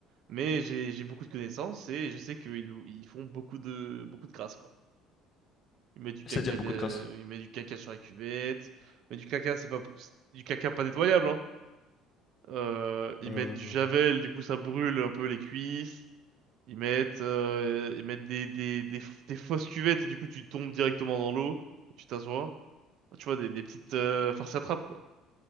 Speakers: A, on the right; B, on the left.
A: mais j'ai j'ai beaucoup de connaissances et je sais qu'ils ils font beaucoup de beaucoup de crasse quoi. Ils mettent du caca
B: C'est-à-dire beaucoup
A: de,
B: de crasse.
A: ils mettent du caca sur la cuvette, mais du caca c'est pas c'est du caca pas nettoyable, hein. Euh, ils
B: Euh,
A: mettent du javel, du coup ça brûle un peu les cuisses. Ils mettent, euh, ils mettent des, des, des, f- des fausses cuvettes et du coup tu tombes directement dans l'eau, tu t'assois. Tu vois, des, des petites euh, farces à trappe, quoi.